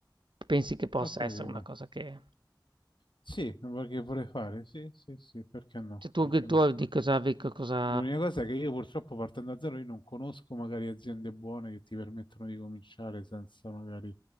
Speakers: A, on the right; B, on the left.
A: Pensi che possa
B: Ho capito.
A: essere una cosa che
B: Sì, vuoi- che vorrei fare? Sì, sì, sì, perché no?
A: cioè tu
B: Perché
A: che
B: no?
A: tu di cosa vi co cosa
B: L'unica cosa è che io purtroppo partendo da zero, io non conosco magari aziende buone che ti permettono di cominciare senza magari